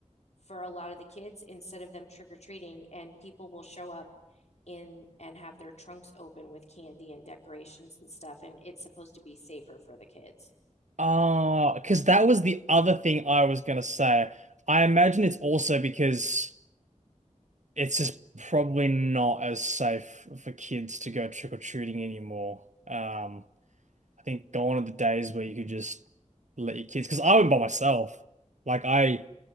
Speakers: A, on the left (about 65°); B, on the right (about 75°).
A: for a lot of the kids instead of them trick or treating, and people will show up in and have their trunks open with candy and decorations and stuff, and it's supposed to be safer for the kids.
B: ah, because that was the other thing I was gonna say. I imagine it's also because it's just probably not as safe for kids to go trick or treating anymore. Um, I think gone are the days where you could just let your kids, because I went by myself. Like I,